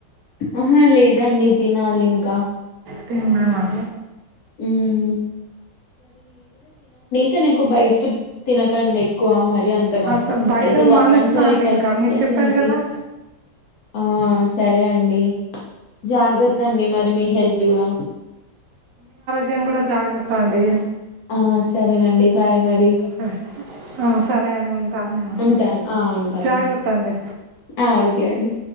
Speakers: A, on the left (about 75°); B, on the right (about 75°).
A: ఆహా లేద్ దండి తినాలి ఇంకా
B: తిన్నావా
A: హ్మ్. తినకు బైట్ ఫుడ్ తినకండి ఎక్కువ మ రి అంతగా
B: అసలు బయట
A: ఏదో తప్పనిసరి
B: మానేస్తా అండి
A: పరిస్థితిలో
B: ఇంకా మీరు చెప్పారు
A: తినండి
B: కదా
A: ఆ సరే అండి జాగ్రత్త అండి మరి మీ హెల్త్ కూడా
B: మేము కూడా జాగ్రత్త అండి
A: ఆ సరేనండి బాయ్ మరి
B: సరే సరే అండి ఉంటాను నేను
A: ఉంటాను ఆ ఉంటానండి
B: జాగ్రత్త అండి
A: ఆ ఓకే అండి